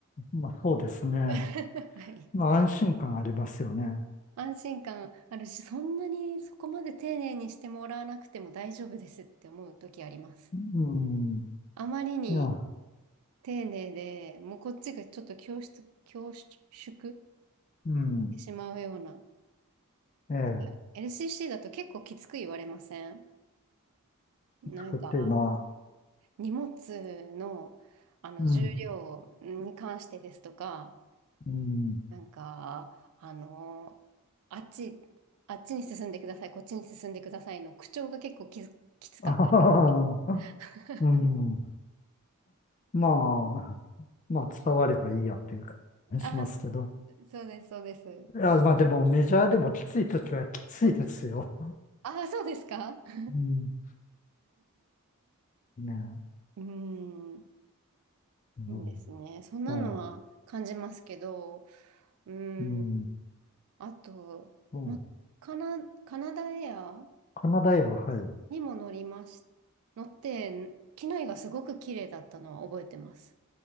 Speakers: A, on the left; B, on the right.
A: まあ、そうですね。
B: <laughs> はい。
A: まあ、安心感ありますよね。
B: 安心感あるし、そんなにそこまで丁寧にしてもらわなくても大丈夫ですって思う時あります。
A: うん、
B: あまりに
A: いや、
B: 丁寧で、もうこっちがちょっと恐縮、恐縮し
A: うん、
B: てしまうような。
A: ええ、
B: なんか LCC だと結構きつく言われませんなんか
A: 作っていうのは、
B: 荷物の、あの重量に関してですとか、
A: うん、うん、
B: なんか、あの、あっち、あっちに進んでください、こっちに進んでくださいの口調が結構きつ、きつかった。
A: <laughs> あははは、
B: <laughs>
A: うん、<laughs> まあ、まあ伝わればいいやっていう感じしますけど。
B: あ、そうです、そうです。
A: いや、まあでもメジャーでもきつい時はきついですよ。
B: うあ、そうですか <laughs> う
A: うん。ね
B: ーん、
A: え。うん。
B: いいですね。そんなのは感じますけど、
A: そ
B: うーん、
A: う。うん。
B: あと、
A: そう。
B: ま、カナ、カナダエア
A: カナダエア、はい。
B: にも乗りまし、乗って、機内がすごく綺麗だったのは覚えてます。